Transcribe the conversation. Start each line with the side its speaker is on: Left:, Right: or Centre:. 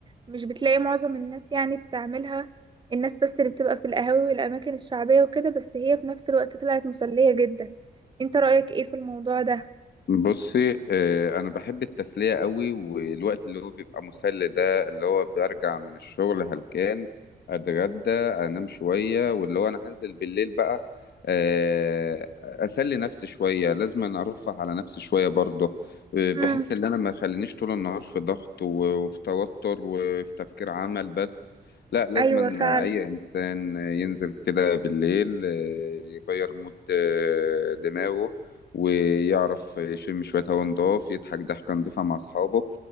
Right: مش بتلاقي معظم الناس يعني بتعملها الناس بس اللي بتبقى في القهاوي والأماكن الشعبية وكده بس هي في نفس الوقت طلعت مسلية جدا انت رأيك ايه في الموضوع ده
Left: بصي آه، انا بحب التسليه قوي والوقت اللي هو بيبقى مسلي ده اللي هو برجع من الشغل هلكان اتغدى انام شويه واللي هو انا هنزل بالليل بقى آه، اسلي نفسي شويه لازم أنا ارفه على نفسي شويه برضه آه، بحس
Right: امم
Left: ان انا ما خلينيش طول النهار في ضغط و- وفي توتر وفي تفكير عمل بس لا لازم
Right: ايوه
Left: أن
Right: فعلا
Left: اي انسان ينزل كده بالليل آه، يغير مود آه، دماغه ويعرف يشم شوية هوا نضاف يضحك ضحكة نضيفة مع أصحابه